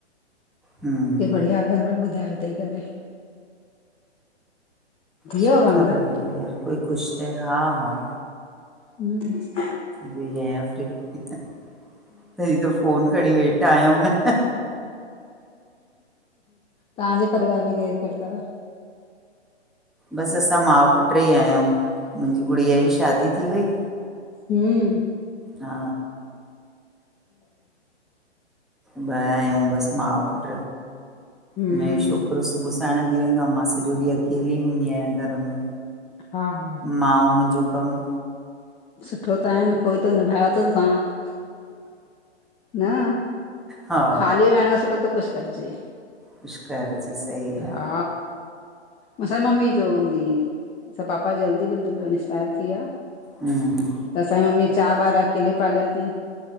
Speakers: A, in the centre; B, on the left.
A: हम्म
B: के बढ़िया घर में ॿुधायो तईं करे। थी वियो
A: सुठा
B: वांदा
A: भई यार कोई ख़ुशि रहे, हा हा।
B: हूं,
A: वई आयां फ्री, तडीं त फोन खणी वेठा आयूं न।
B: तहांजे परिवार में केर केर तव?
A: बसि असां माउ पुट्र ई आययूं मुंजी गुड़िया जी शादी थी वई।
B: हूं,
A: हा ब आयूं बसि मां पुट,
B: हम्म
A: हुन ए छोकिरो सुबुह साइणु हली वेंदो आयां मां सॼो ॾींहं अकेली हूंदी आयां घर में।
B: हा हा
A: मां ऊं मुंजो कमु
B: सुठो त आहेन कोई त निभाए थो सांथ न
A: हा
B: खाली वेहण सां सुठो त कुझ करजे
A: कुझु करजे सही
B: हा।
A: आ।
B: मूंसां मम्मी चवंदी ही सां पापा जल्दी जल्दील इक्सपायर थी विया।
A: हूं,
B: त असांजी मम्मी चार ॿार अकेले पालियां तईं।